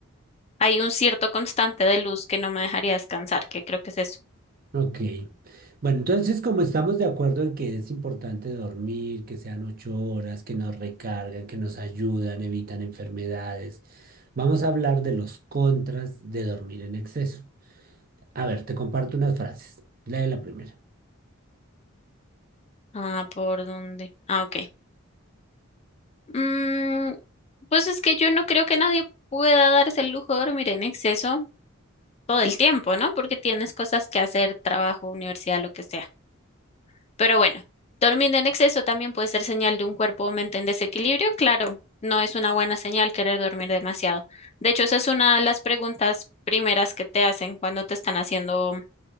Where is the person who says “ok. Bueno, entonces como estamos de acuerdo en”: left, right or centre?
Right